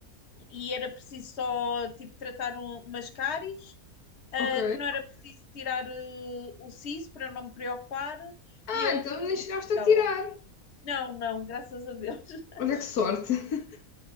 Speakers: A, on the left; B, on the left.
A: e era preciso só tipo tratar um- umas cáries ah,
B: Ok.
A: que não era preciso tirar eh, o siso para eu não me preocupar,
B: Ah,
A: e eu
B: então
A: fiquei
B: nem
A: mesmo
B: chegaste a
A: naquela.
B: tirar.
A: Não, não, graças a Deus. <laughs>
B: Olha que sorte. <laughs>